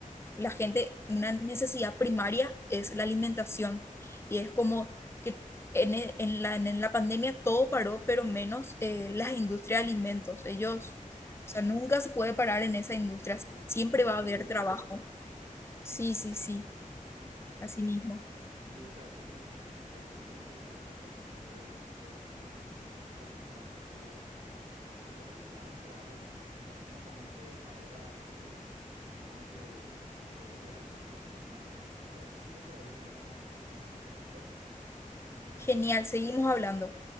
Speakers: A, on the left (about 20°); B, on the right (about 55°).
A: la gente, una necesidad primaria es la alimentación y es como que en, e- en la, en la pandemia todo paró, pero menos eh, las industrias de alimentos. Ellos,
B: ok.
A: o sea, nunca se puede parar en esa industria,
B: Sí,
A: siempre
B: porque tenemos
A: va
B: que
A: a
B: seguir
A: haber
B: comiendo
A: trabajo.
B: todos.
A: Sí, sí, sí,
B: Ya,
A: así
B: perfecto.
A: mismo.
B: Neri, vos sabés que me, me resultó súper interesante hablar contigo de esto. Sos una persona que se nota que está bastante, bastante capacitada en su área. Lastimosamente, ahora eh, tengo que, que- tengo que llegar a salir corriendo a una reunión. ¿Te parece si de por ahí en otro momento seguimos con esto?
A: Genial, seguimos hablando.